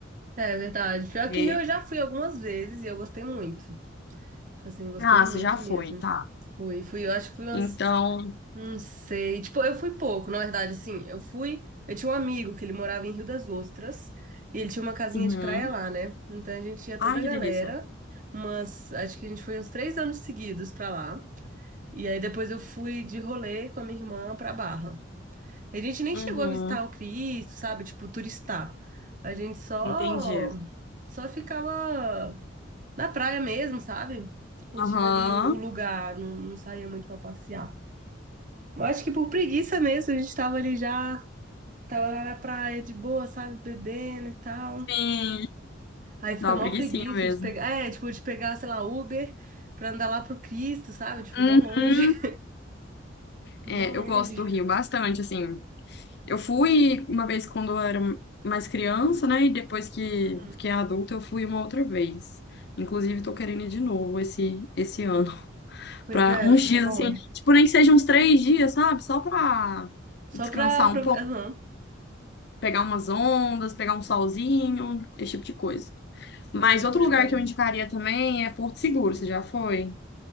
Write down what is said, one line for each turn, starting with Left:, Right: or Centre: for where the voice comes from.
Right: é verdade. Pior
Left: É,
Right: que eu já fui algumas vezes e eu gostei muito, tipo assim, gostei
Left: Ah,
Right: muito
Left: você já foi,
Right: mesmo.
Left: tá.
Right: Fui, fui, eu acho que fui umas
Left: Então,
Right: Não sei. Tipo, eu fui pouco, na verdade, assim, eu fui. Eu tinha um amigo que ele morava em Rio das Ostras e ele tinha uma casinha
Left: uhum.
Right: de praia lá, né? Então a gente ia toda
Left: Ai,
Right: a
Left: que
Right: galera,
Left: delícia.
Right: mas acho que a gente foi uns três anos seguidos pra lá. E aí depois eu fui de rolê com a minha irmã pra Barra. A gente nem
Left: Uhum.
Right: chegou a visitar o Cristo, sabe? Tipo, turistar. A gente só
Left: Entendi.
Right: só ficava na praia mesmo, sabe? Curtindo
Left: Aham.
Right: ali o o lugar, não, não saía muito pra passear. Eu acho que por preguiça mesmo, a gente tava ali já, tava lá na praia de boa, sabe, bebendo e tal.
Left: Sim.
Right: Aí fica
Left: Dá uma
Right: mó
Left: preguicinha
Right: preguiça
Left: mesmo.
Right: de pegar, é, tipo, de pegar, sei lá, Uber pra andar lá pro Cristo, sabe? Tipo,
Left: Uhum.
Right: mó longe, <laughs> mó
Left: É,
Right: longe.
Left: eu gosto do Rio bastante, assim. Eu fui uma vez quando eu era mais criança, né? E depois que
Right: Uhum.
Left: fiquei adulta, eu fui uma outra vez. Inclusive, tô querendo ir de novo esse, esse ano. <laughs>
Right: Pois
Left: Pra
Right: é,
Left: uns
Right: nossa,
Left: dias,
Right: é bom.
Left: assim, tipo, nem que seja uns três dias, sabe? Só pra
Right: Só
Left: descansar
Right: pra... pra...
Left: um pouco,
Right: Aham.
Left: pegar umas ondas, pegar um solzinho, esse tipo de coisa. Mas
Right: Pois
Left: outro
Right: é,
Left: lugar
Right: é bom.
Left: que eu indicaria também é Porto Seguro, você já foi?